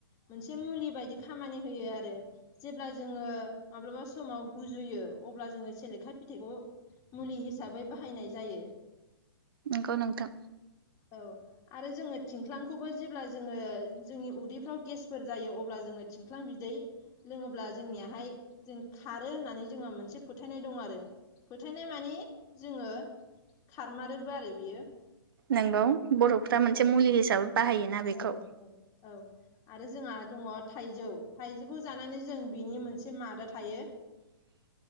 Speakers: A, on the left; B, on the right.
A: मोनसे मुलि बायदि खामानि होयो आरो जेब्ला जोङो माब्लाबा समाव गुजुयो अब्ला जोङो सेलेखा फिथाइखौ मुलि हिसाबै बाहायनाय जायो
B: नोंगौ नोंथां
A: औ आरो जोङो थिंख्लांखौबो जेब्ला जोङो जोंनि उदैफ्राव गेसफोर जायो अब्ला जोङो थिंख्लां बिदै लोङोब्ला जोंनियाहाय जों खारो होननानै जोङहा मोनसे फोथायनाय दं आरो फोथायनाय मानिे जोङो खारमारोबो आरो बियो
B: नोंगौ बरफ्रा मोनसे
A: औ
B: मुलि हिसाबै बाहायोना
A: औ
B: बेखौ
A: औ औ आरो जोंहा दङ थाइजौ थाइजौखौ जानानै जों बिनि मोनसे मादा थायो
B: <inaudible>